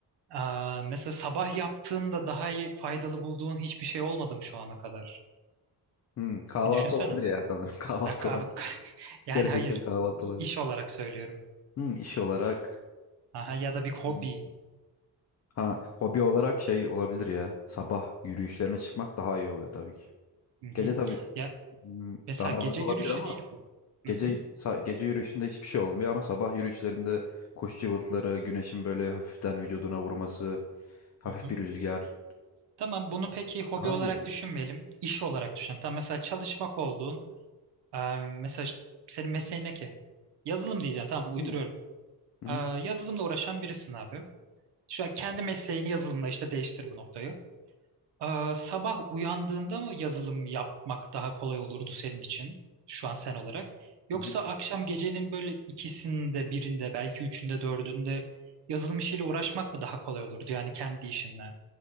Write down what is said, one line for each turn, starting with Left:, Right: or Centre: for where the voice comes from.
Right: Aa, mesela sabah yaptığında daha iyi, faydalı bulduğun hiçbir şey olmadı mı şu ana kadar?
Left: Hmm, kahvaltı
Right: Bir düşünsene.
Left: olabilir ya sanırım. <laughs> Kahvaltı
Right: Abi,
Left: olabilir.
Right: abi <laughs> yani
Left: Gerçekten
Right: hayır
Left: kahvaltı olabilir.
Right: iş olarak söylüyorum.
Left: Hmm, iş olarak
Right: Aha, ya da bir hobi.
Left: hmm, ha hobi olarak şey olabilir ya. Sabah yürüyüşlerine çıkmak daha iyi oluyor tabii ki.
Right: Hı hı.
Left: Gece tabii
Right: Ya
Left: hmm,
Right: mesela
Left: daha
Right: gece
Left: rahat olabilir
Right: yürüyüşü
Left: ama
Right: değil bu.
Left: Gece
Right: Hı hı.
Left: sa- gece yürüyüşünde hiçbir şey olmuyor ama sabah yürüyüşlerinde kuş cıvıltıları, güneşin böyle hafiften vücuduna vurması, hafif
Right: Hı hı.
Left: bir rüzgar
Right: Tamam bunu peki hobi
Left: daha
Right: olarak
Left: iyi oluyor.
Right: düşünmeyelim. İş olarak düşünelim. Tamam mesela çalışmak olduğun e, mesela ş- senin mesleğin ne ki? Yazılım diyeceğim. Tamam uyduruyorum.
Left: Hı. Hı hı.
Right: E, yazılımla uğraşan birisin abi. Şu an kendi mesleğini yazılımla işte değiştir bu noktayı. Ee, sabah uyandığında mı yazılım yapmak daha kolay olurdu senin için şu an sen olarak? Yoksa
Left: hı hı.
Right: akşam gecenin böyle ikisinde birinde belki üçünde dördünde yazılım işiyle uğraşmak mı daha kolay olurdu yani kendi işinle?